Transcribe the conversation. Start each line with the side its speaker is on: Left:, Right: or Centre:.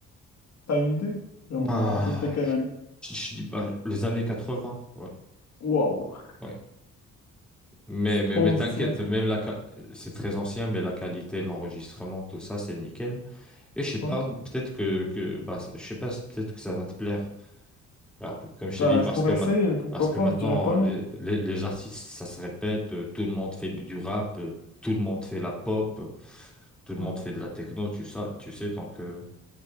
Left: T'as une idée? Genre,
Centre: Bah,
Left: euh, à peu près quelle année?
Centre: je, je dis, bah, les années quatre-vingts ouais.
Left: Wow.
Centre: Ouais. Mais,
Left: C'est
Centre: mais,
Left: trop
Centre: mais
Left: ancien.
Centre: t'inquiète, même la, qua- c'est très ancien, mais la qualité de l'enregistrement, tout ça, c'est nickel. Et je sais pas,
Left: Ouais.
Centre: peut-être que, que bah, je sais pas, peut-être que ça va te plaire. Voilà, comme je t'ai
Left: Ben,
Centre: dit, parce
Left: je pourrais
Centre: que, maintenant,
Left: essayer, pourquoi
Centre: parce que
Left: pas,
Centre: maintenant,
Left: je dirais pas non.
Centre: les, les- les artistes, ça se répète, euh, tout le monde fait du du rap, euh, tout le monde fait la pop, euh, tout le
Left: Ouais.
Centre: monde fait de la techno, tu sais, tu sais, donc euh,